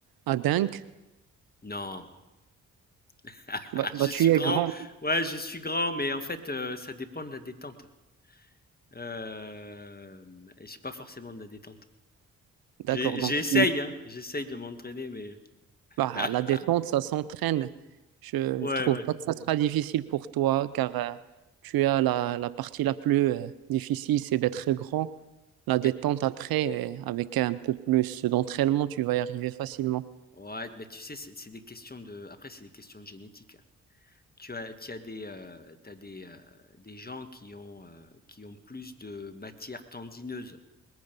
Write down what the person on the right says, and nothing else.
à Dunk,
bah, bah,
tu
es grand.
D'accord.
Donc, tu-
bah,
la détente, ça s'entraîne. Je,
je trouve
pas que ça sera difficile pour toi car euh, tu as la, la partie la plus euh, difficile, c'est d'être grand. La détente
après, euh, avec un peu plus d'entraînement, tu vas y arriver facilement.